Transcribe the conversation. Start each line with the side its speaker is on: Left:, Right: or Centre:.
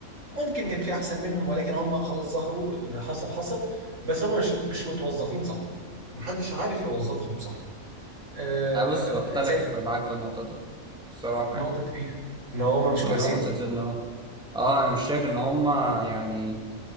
Right: ممكن كان في احسن منهم ولكن هم خلاص ظهروا اللي حصل حصل بس هم مش مش متوظفين صح محدش عارف يوظفهم صح آه
Centre: انا بص بختلف
Right: زي
Centre: معاك في النقطه دي الصراحه
Right: نقطة
Centre: يعني
Right: إيه؟ إن هما مش كويسين؟
Centre: يعني نقطة انه اه انا مش شايف ان هما يعني